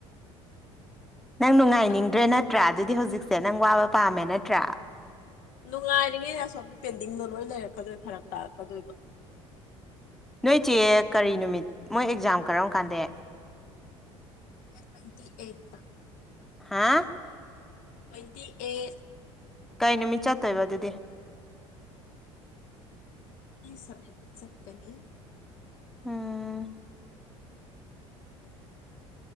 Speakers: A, in the centre; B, on the left.
A: ꯅꯪ ꯅꯨꯡꯉꯥꯏꯅꯤꯡꯗ꯭ꯔꯦ
B: ꯑꯗꯨ
A: ꯅꯠꯇ꯭ꯔꯥ ꯑꯗꯨꯗꯤ ꯍꯧꯖꯤꯛꯁꯦ ꯅꯪ ꯋꯥꯕ ꯄꯥꯝꯃꯦ ꯅꯠꯇ꯭ꯔꯥ
B: ꯅꯨꯡꯉꯥꯏꯔꯤꯉꯩꯗꯁꯣꯝꯗ ꯄꯦꯟꯗꯤꯡꯗꯣ ꯂꯣꯏ ꯂꯩꯔꯛꯀꯗꯣꯏ ꯐꯔꯞ ꯇꯥꯔꯛꯀꯗꯣꯏꯕ
A: ꯅꯣꯏꯁꯦ ꯀꯔꯤ ꯅꯨꯃꯤꯠ ꯃꯣꯏ ꯑꯦꯛꯖꯥꯝ ꯀꯔꯝ ꯀꯥꯟꯗꯦ
B: ꯇ꯭ꯋꯦꯟꯇꯤ ꯑꯩꯠ
A: ꯍꯥ
B: ꯇ꯭ꯋꯦꯟꯇꯤ ꯑꯩꯠ
A: ꯀꯥꯏ ꯅꯨꯃꯤꯠ ꯆꯠꯇꯣꯏꯕ ꯑꯗꯨꯗꯤ
B: ꯁ ꯆꯛꯇꯅꯤ
A: ꯎꯝ